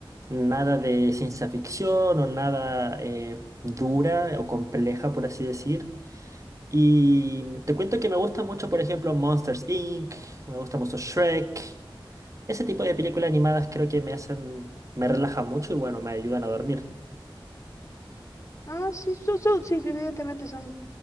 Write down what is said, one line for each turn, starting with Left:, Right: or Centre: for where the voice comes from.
Right: Nada de ciencia ficción o nada eh, dura o compleja, por así decir. Y te cuento que me gusta mucho, por ejemplo, Monsters Inc., me gusta mucho Shrek. Ese tipo de películas animadas creo que me hacen, me relaja mucho y bueno, me ayudan a dormir.
Left: Ah, sí, son, son- sí, evidentemente son